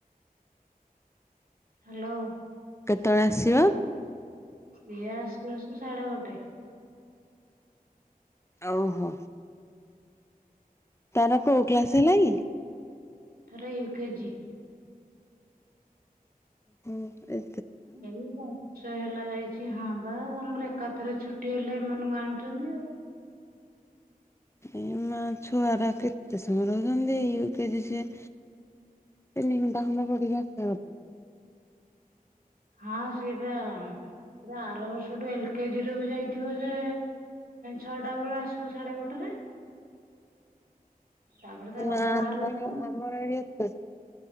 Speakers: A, on the right; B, on the left.
A: ହ୍ୟାଲୋ
B: କେତେବେଳେ ଆସିବ?
A: ସିଏ ଆସୁ ଆସୁ ସାଢେ ଗୋଟିଏ।
B: ଆଉ ହ। ତାର କୋଉ କ୍ଲାସ ହେଲା କି?
A: ତାର ୟୁ କେଜିି।
B: ହୁଁ ଏ
A: <inaudible> ସେ ହେଲା ଯାଇଛି ହଁ ବା ଆମର ଏକାଥରେ ଛୁଟି ହେଲେ ଏମାନଙ୍କୁ ଆଣୁଛନ୍ତି ଆଉ।
B: ଏ ମା ଛୁଆର କେତେ ସମୟ ରହୁଛନ୍ତିଇ ୟୁ କେଜି ସେ। ତିନି ଘଣ୍ଟା ଖଣ୍ଡେ ପଢ଼ିକି ଆସିବା କଥା।
A: ହଁ ସିଏପା ଆର ବର୍ଷଠୁ ଏଲ୍ କେଜିରୁ ବି ଯାଇଥିବ ଯେ ଛଅଟା ବେଳୁ ଆସିବ ସାଢେ ଗୋଟେରେ ତାପରେ ତା ବାବା
B: ନାଁ
A: ବାହାରେ
B: ନାଁ
A: ରହୁଛନ୍ତି।
B: ଆମର ଏତେ